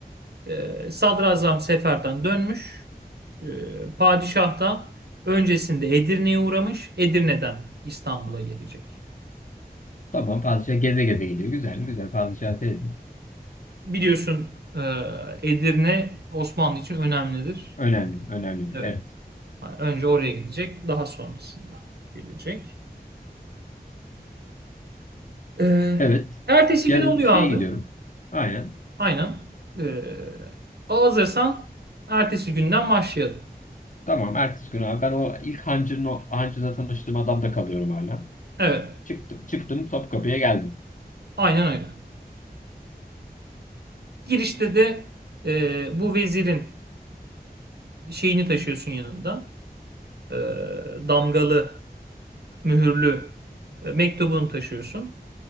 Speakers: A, on the right; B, on the left.
A: Ee, sadrazam seferden dönmüş. Ee, padişah da öncesinde Edirne'ye uğramış. Edirne'den İstanbul'a gelecek.
B: Tamam padişah geze geze geliyor. Güzel mi? Güzel. Padişah sevdim.
A: Biliyorsun e, Edirne Osmanlı için önemlidir.
B: Önemli. Önemli.
A: Evet.
B: Evet.
A: Önce oraya gidecek, daha sonrasında gelecek. Ee,
B: Evet.
A: ertesi
B: Yarın
A: gün oluyor
B: şeye
A: abi.
B: gidiyorum. Aynen.
A: Aynen. Ee, hazırsan ertesi günden başlayalım.
B: Tamam ertesi gün abi ben o ilk hancının o hancıda tanıştığım adamda kalıyorum hala.
A: Evet,
B: Çıktım, çıktım Topkapı'ya geldim.
A: aynen öyle. Girişte de e, bu vezirin şeyini taşıyorsun yanında. Ee, damgalı, mühürlü e, mektubunu taşıyorsun.